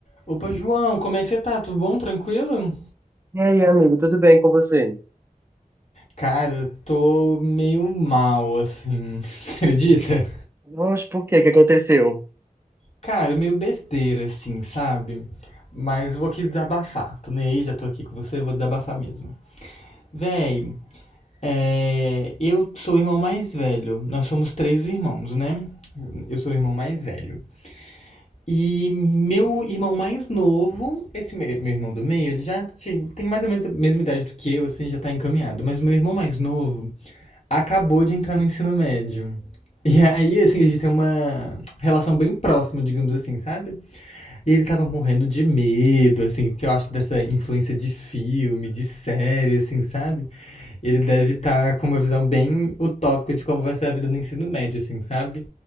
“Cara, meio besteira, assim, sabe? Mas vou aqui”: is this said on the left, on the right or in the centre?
Left